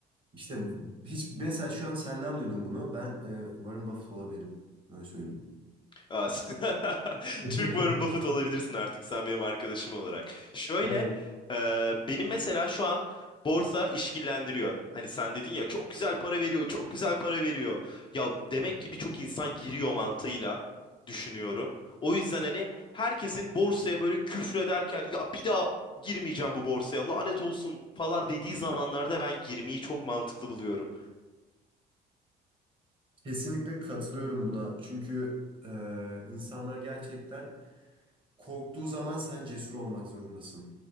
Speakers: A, on the right; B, on the left.
A: İşte hiç mesela şu an senden duydum bunu. Ben e, Warren Buffett olabilirim. Öyle söyleyeyim.
B: Aa, sen- <laughs>
A: <laughs>
B: Türk Warren Buffett olabilirsin artık sen benim arkadaşım olarak. Şöyle
A: Evet.
B: e, benim mesela şu an borsa işkillendiriyor. Hani sen dedin ya çok güzel para veriyor, çok güzel para veriyor. Ya demek ki birçok insan giriyor mantığıyla düşünüyorum. O yüzden hani herkesin borsaya böyle küfrederken ya bir daha girmeyeceğim bu borsaya lanet olsun falan dediği zamanlarda ben girmeyi çok mantıklı buluyorum.
A: Kesinlikle katılıyorum buna. Çünkü e, insanlar gerçekten korktuğu zaman sen cesur olmak zorundasın.